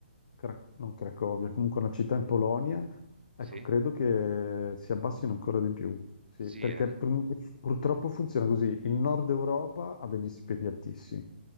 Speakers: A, on the left; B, on the right.
A: Cra- non Cracovia, comunque una città in Polonia, ecco,
B: sì,
A: credo che si abbassino ancora di più. Sì,
B: sì,
A: perché
B: eh,
A: pr- purtroppo funziona così. Il nord Europa ha degli stipendi altissimi.